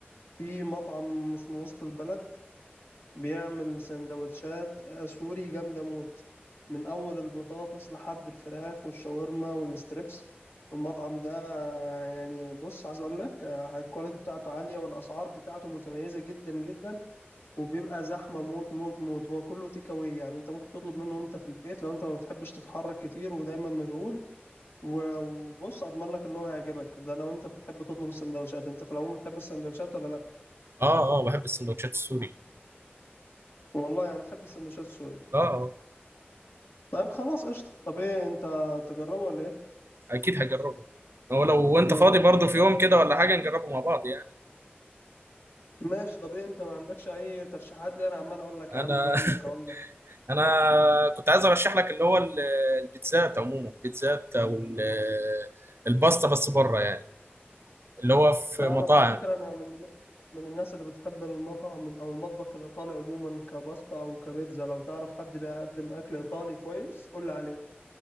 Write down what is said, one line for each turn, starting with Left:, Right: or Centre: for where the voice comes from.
Left: في مطعم اسمه وسط البلد بيعمل سندوتشات آه، سوري جامدة موت من أول البطاطس لحد الفراخ والشاورما والستريبس المطعم ده آه، يعني بص عايز أقول لك آه، الكواليتي بتاعته عالية والأسعار بتاعته متميزة جدا جدا وبيبقى زحمة موت موت موت هو كله تيك أواي يعني أنت ممكن تطلب منه وأنت في البيت لو أنت ما بتحبش تتحرك كتير ودايما مشغول و- وبص أضمن لك إن هو هيعجبك ده لو أنت بتحب تطلب السندوتشات أنت في العموم بتحب السندوتشات ولا لأ؟
Right: اه اه بحب السندوتشات السوري
Left: والله يعني بتحب السندوتشات سوري
Right: اه اه
Left: طيب خلاص قشطة طب ايه انت تجربه ولا ايه
Right: اكيد هجربه هو لو انت
Left: لو
Right: فاضي
Left: جربت
Right: برضه
Left: انا
Right: في يوم
Left: هتجرب
Right: كده
Left: ايه
Right: ولا حاجه نجربه مع بعض يعني
Left: ماشي طب ايه انت ما عندكش اي ترشيحات ليه انا عمال اقول لك
Right: انا
Left: يا عم اقول لك
Right: <laughs>
Left: اقول لك
Right: انا كنت عايز ارشح لك اللي هو ال- البيتزات عموما البيتزات او ال- الباستا بس بره يعني اللي هو في
Left: يعني
Right: مطاعم
Left: انا على فكرة انا من من الناس اللي بتحب المطعم او المطبخ الايطالي عموما كباستا او كبيتزا لو تعرف حد بيقدم اكل ايطالي كويس قول لي عليه